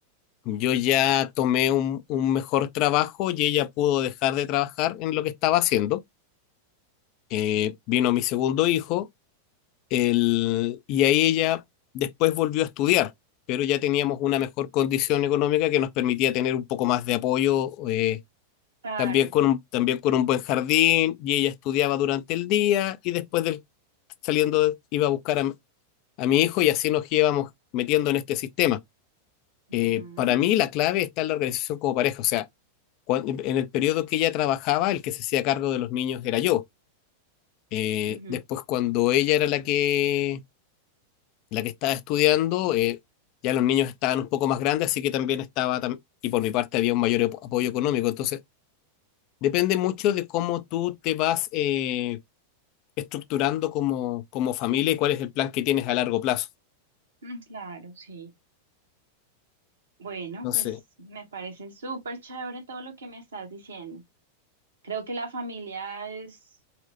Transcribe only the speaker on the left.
yo ya tomé un, un mejor trabajo y ella pudo dejar de trabajar en lo que estaba haciendo. Eh, vino mi segundo hijo El, y ahí ella después volvió a estudiar, pero ya teníamos una mejor condición económica que nos permitía tener un poco más de apoyo, eh,
también con un, también con un buen jardín, y ella estudiaba durante el día y después del, saliendo iba a buscar a, a mi hijo y así nos íbamos metiendo en este sistema.
Eh, para mí la clave está en la organización como pareja, o sea, cuando, en el periodo que ella trabajaba, el que se hacía cargo de los niños era yo. Eh,
después cuando ella era la que la que estaba estudiando, eh, ya los niños estaban un poco más grandes, así que también estaba, tam- y por mi parte había un mayor apo- apoyo económico. Entonces, depende mucho de cómo tú te vas eh, estructurando como, como familia y cuál es el plan que tienes a largo plazo.
Entonces,